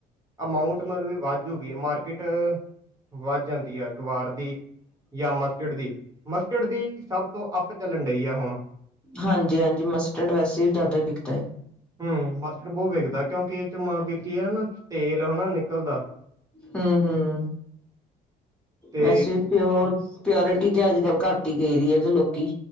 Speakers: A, on the right; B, in the centre.
A: ਆਮਊਂਟ ਮਤਲ ਵੀ ਵਧਜੂ ਮਾਰਕੀਟ ਵੱਧ ਜਾਂਦੀ ਹੈ ਗਵਾਰ ਦੀ ਜਾਂ ਮਸਕਿਟ ਦੀ, ਮਸਕਿਡ ਦੀ ਸਭ ਤੋਂ ਅੱਪ ਚੱਲਣ ਡਹੀ ਆ ਹੁਣ
B: ਹਾਂਜੀ-ਹਾਂਜੀ ਮਸਟਰਡ ਵੈਸੇ ਵੀ ਜ਼ਿਆਦਾ ਵਿਕਦਾ ਹੈ
A: ਹੂੰ ਮਸਟਰਰ ਬਹੁਤ ਵਿਕਦਾ ਕਿਉਂਕਿ ਇਹ ਚ ਮ ਕੀ ਹੈ ਨਾ ਤੇਲ ਹਨਾ ਨਿਕਲਦਾ।
B: ਹੂੰ ਹੂੰ,
A: ਤੇ
B: ਵੈਸੇ ਪਿੳਰ ਪਿਓਰਿਟੀ ਤੇ ਅੱਜ ਕੱਲ ਘੱਟ ਹੀ ਗਈਦੀ ਏ ਤੇ ਲੋਕੀ,